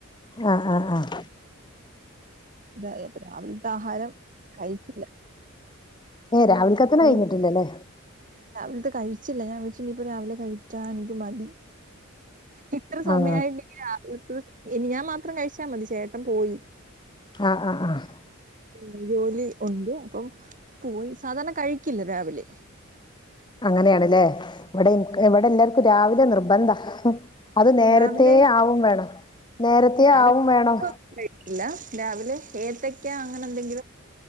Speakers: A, on the left; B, on the right.
A: ആഹ് ആഹ് ആഹ്
B: ഇതായപ്പൊ രാവിൽത്തെ ആഹാരം കഴിച്ചില്ല
A: ഏഹ് രാവിൽക്കത്തെനെ
B: ഈ
A: കഴിഞ്ഞിട്ടില്ലലേ?
B: രാവിലത്തെ കഴിച്ചില്ല ഞാൻ വെച്ചു ഇപ്പ രാവിലെ കഴിക്കാ എനിക്ക് മടി ഇത്ര സമയായിട്ട്
A: ആഹ്
B: ഇനി രാവിൽത്തത് ഇനി ഞാൻ മാത്രം കഴിച്ചാൽ മതി ചേട്ടൻ പോയി
A: ആഹ് ആഹ് ആഹ്
B: ഉം ജോലി ഉണ്ട് അപ്പം പോയി സാധാരണ കഴിക്കില്ല രാവിലെ
A: അങ്ങനെയാണല്ലേ ഇവിടെ ഇൻക് ഇവിടെ എല്ലാർക്കും രാവിലെ നിർബന്ധാ അത് നേരത്തേ
B: രാവിലെ
A: ആവും വേണം നേരത്തേ
B: രാവിലെ
A: ആവും വേണം
B: കഴിക്കില്ല രാവിലെ ഏത്തക്കാ അങ്ങനെ എന്തെങ്കിലും